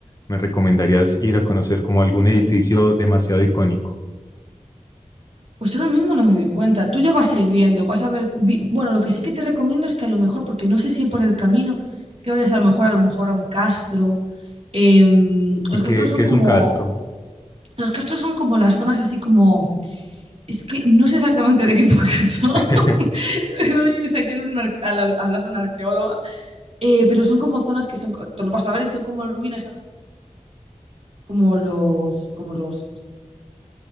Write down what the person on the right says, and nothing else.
Pues ahora mismo no me doy cuenta. Tú ya vas a ir viendo, vas a ver. vi- Bueno, lo que sí que te recomiendo es que a lo mejor, porque no sé si hay por el camino, es que vayas a lo mejor a lo mejor a un castro. Em, los
castros
son
como,
los castros son como las zonas así como Es que no sé exactamente de qué época son.
<laughs> No le vienes aquí a un ar- a la- hablar a una arqueóloga. Eh, pero son como zonas que son, tú lo vas a ver y son como en ruinas, solamente son como los, como los, ¿cómo se dice?